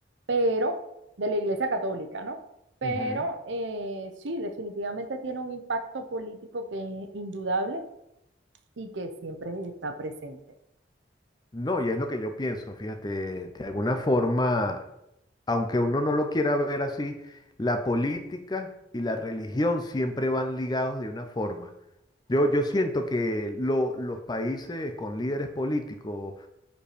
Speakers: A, on the right; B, on the left.
A: pero de la iglesia católica, ¿no? Pero
B: Ujú.
A: eh, sí, definitivamente tiene un impacto político que es indudable y que siempre está presente.
B: No, y es lo que yo pienso, fíjate, de alguna forma, aunque uno no lo quiera ver así, la política y la religión siempre van ligados de una forma. Yo, yo siento que lo- los países con líderes políticos